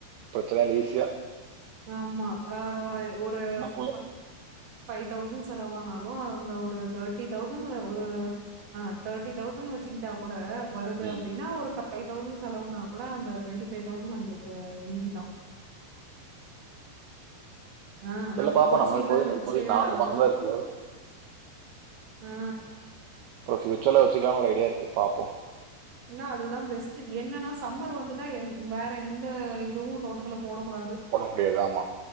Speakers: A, on the right; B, on the right.
A: பிரச்சன இல்ல ஈசியா
B: ஆமா வேறமாரி ஒருஸ்
A: போதும்.
B: அ ஃபைவ் தௌசண்ட் செலவானாலு அந்த ஒரு தேர்ட்டி தௌசண்ட்ல ஒரு ஆ தேர்ட்டி தௌசண்ட் வச்சிக்கிட் ட்டா கூட வருது
A: ம்.
B: அப்டினா ஒரு ஃபைவ் தௌசண் செலவுனா கூட அந்த டுவெண்ட்டி ஃபைவ் தௌசண் நம்ளுக் க்கு மீதிதா ஆ
A: தெரில
B: நம்ம
A: பார்ப்போம்.
B: குச்சிலா
A: இப்போதைக்கு
B: வச்சி
A: இப்போதைக்கு
B: அத
A: மரம் தான் இருக்கு.
B: ஆ
A: இப்ப ஃபியூச்சர்ல வச்சிக்கலான் ஒரு ஐடியா இருக்கு பாப்போ
B: இன்னா அதுதா பெஸ்ட் என்னன்னா சம்மர் வந்துட்டா என் வேற எந்த இதுவு தோட்டத்துல போட கூடாது
A: போட முடியாது ஆமா